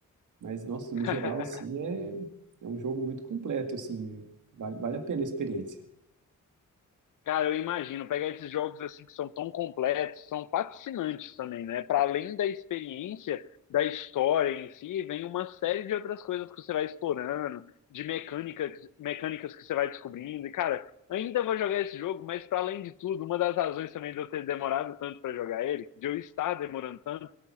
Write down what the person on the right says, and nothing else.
mas nossa,
no geral assim é, é um jogo muito completo assim, vale, vale a pena a experiência.